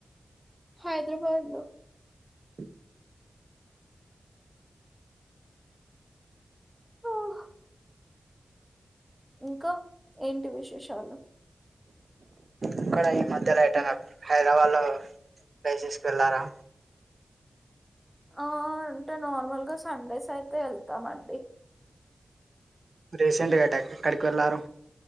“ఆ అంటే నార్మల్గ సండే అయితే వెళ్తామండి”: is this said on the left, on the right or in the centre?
Centre